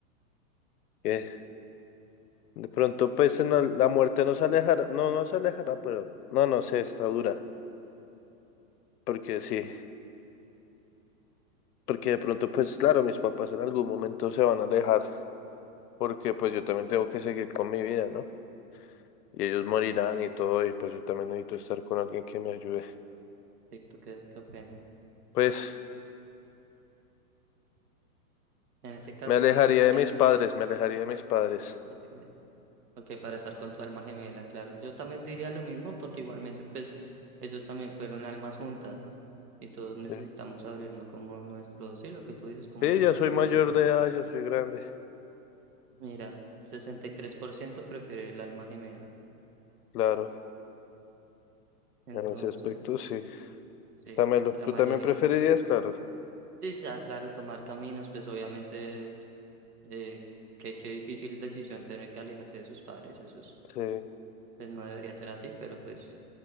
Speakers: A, on the left; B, on the right.
A: Eh, De pronto, pues en la, la muerte nos alejará. No, no se alejará, pero no, no sé, está dura. Porque sí. Porque de pronto, pues claro, mis papás en algún momento se van a alejar. Porque pues yo también tengo que seguir con mi vida, ¿no? Y ellos morirán y todo, y pues yo también necesito estar con alguien que me ayude.
B: Sí, ¿tú qué, qué opinas?
A: Pues.
B: En ese caso,
A: Me alejaría
B: pues
A: de
B: ya.
A: mis padres, me alejaría de mis padres.
B: Ok, ok, para estar con tu alma gemela, claro. Yo también diría lo mismo, porque igualmente, pues, ellos también fueron almas juntas. y todos necesitamos
A: Sí,
B: abrirnos como nuestro, sí, lo que tú dices, como
A: Sí,
B: nuestro
A: ya soy
B: camino.
A: mayor de edad, ya soy grande.
B: Mira, 63% prefiere el alma gemela.
A: Claro,
B: Entonces,
A: en ese aspecto sí.
B: sí,
A: Dámelo.
B: sí,
A: ¿Tú
B: la mayoría.
A: también preferirías? Claro.
B: Sí, ya, claro, tomar caminos, pues obviamente, eh, qué, qué difícil decisión tener que alejarse de sus padres, eso es,
A: Sí,
B: pues no debería ser así, pero pues